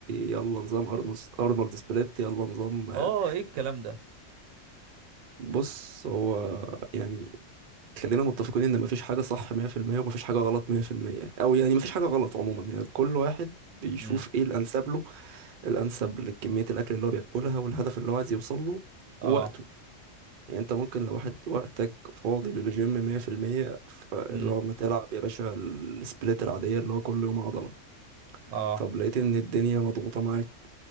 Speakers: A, on the right; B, on the right.
A: يلا نظام ارنولد ارنولد سبليت يلا نظام آه،
B: اه ايه الكلام ده
A: بص هو يعني خلينا متفقين ان مفيش حاجة صح 100% ومفيش حاجة غلط 100% او يعني مفيش حاجة غلط عموما يعني كل واحد بيشوف
B: امم
A: ايه الانسب له الانسب لكمية الاكل اللي هو بياكلها والهدف اللي هو عايز يوصل له
B: اه
A: ووقته يعني انت ممكن لو واحد وقتك فاضي للجيم 100% فاللي
B: امم
A: هو ما تلعب يا باشا السبليت العادية اللي هو كل يوم عضلة
B: اه
A: طب لقيت ان الدنيا مضغوطة معاك